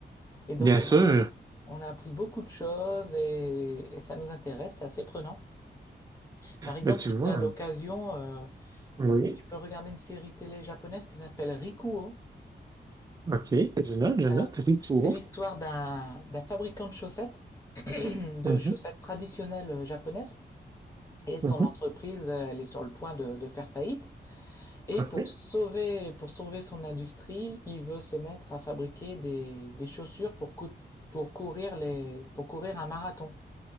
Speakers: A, on the left; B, on the right.
A: et donc
B: Bien
A: on
B: sûr.
A: a, on a appris beaucoup de choses et, et ça nous intéresse, c'est assez prenant. Par exemple,
B: Ben, tu
A: si tu
B: vois.
A: as l'occasion,
B: hein.
A: euh,
B: Oui.
A: tu peux regarder une série télé japonaise qui s'appelle Rikuo.
B: OK. Je note, je
A: Alors,
B: note. Ritsuo.
A: c'est l'histoire d'un d'un fabricant de chaussettes, <clears throat> de
B: Mhm,
A: chaussettes traditionnelles euh, japonaises. Et son
B: mhm.
A: entreprise, elle est sur le point de, de faire faillite. Et
B: OK.
A: pour sauver, pour sauver son industrie, il veut se mettre à fabriquer des, des chaussures pour, cou- pour courir les, pour courir un marathon.